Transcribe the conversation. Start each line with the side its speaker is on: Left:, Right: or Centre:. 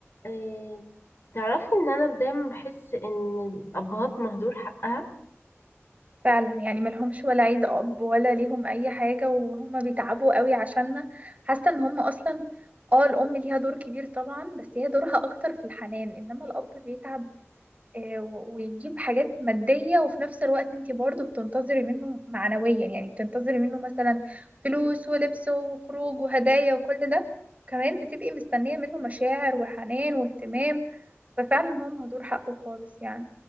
Left: آه، تعرفي ان انا دايما بحس ان الابهات مهدور حقها
Right: فعلا يعني ملهمش ولا عيد اب ولا ليهم اي حاجه وهم بيتعبوا قوي عشاننا حاسه ان هم اصلا اه الام ليها دور كبير طبعا بس هي دورها اكتر في الحنان انما الاب بيتعب آه، و- ويجيب حاجات ماديه وفي نفس الوقت انتي برضو بتنتظري منه معنويا يعني بتنتظري منه مثلا فلوس ولبس وخروج وهدايا وكل ده كمان بتبقي مستنيه منه مشاعر وحنان واهتمام ففعلا هو مهدور حقه خالص يعني